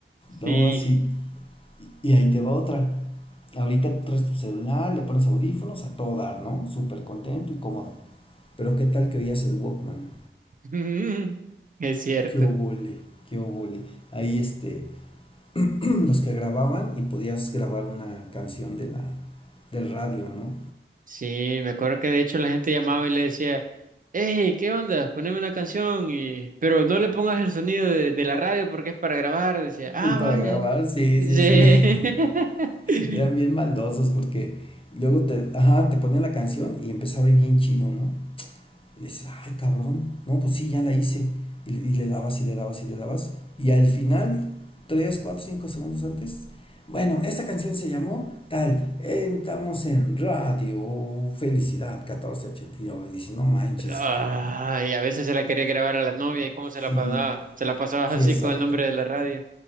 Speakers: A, on the right (about 40°); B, on the left (about 25°).
A: Sí,
B: No, sí. Y y ahí te va otra. Ahorita traes tu celular, le pones audífonos a todo dar, ¿no? Súper contento y cómodo. Pero qué tal que oías el Walkman.
A: <laughs> es cierto.
B: Qué obole, qué obole. Ahí este, <clears throat> <coughs> los que grababan y podías grabar una canción de la, del radio, ¿no?
A: Sí, me acuerdo que de hecho la gente llamaba y le decía, hey, ¿qué onda? Poneme una canción, y... pero no le pongas el sonido de, de la radio porque es para grabar. Decía, ah,
B: Pues para
A: vaya.
B: grabar, sí,
A: Sí.
B: sí, sí.
A: <laughs>
B: <laughs> Eran bien maldosos porque luego te, ajá, te ponían la canción y empezaba bien chido, ¿no? Y dices, ay, cabrón, no, pues sí, ya la hice. Y, y le dabas y le dabas y le dabas. Y al final, 3 4 5 segundos antes, bueno, esta canción se llamó tal, estamos en radio, felicidad, 1489. Y nueve. Y dices, no manches,
A: Ay, a veces se la quería grabar a la novia y cómo se la
B: sí,
A: pasaba. Se la pasaba
B: sí,
A: así
B: exacto.
A: con el nombre de la radio.